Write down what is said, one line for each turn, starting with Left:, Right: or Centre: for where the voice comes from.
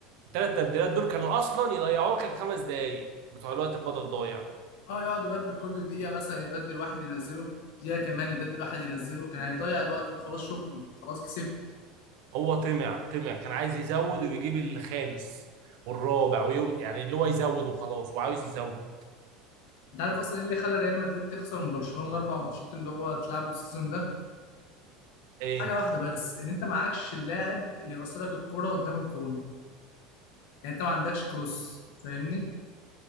Right: الثلاث تبديلات دول كانوا اصلا يضيعوا لك الخمس دقايق بتوع الوقت البدل ضايع
Left: اه يقعد يبدل كل دقيقة مثلا يبدل واحد ينزله دقيقة كمان يبدل واحد ينزله كان هيضيع الوقت وخلاص شكرا خلاص كسبت
Right: هو طمع طمع كان عايز يزود ويجيب الخامس والرابع ويو... يعني اللي هو يزود وخلاص وعاوز يزود
Left: انت عارف اصلا ايه اللي خلى ريال مدريد تخسر من برشلونة الاربع ماتشات اللي هو اتلعبوا السيزون ده
Right: ايه
Left: حاجة واحدة بس ان انت معكش اللاعب اللي يوصلك الكرة قدام الجون يعني انت ما عندكش كروس فاهمني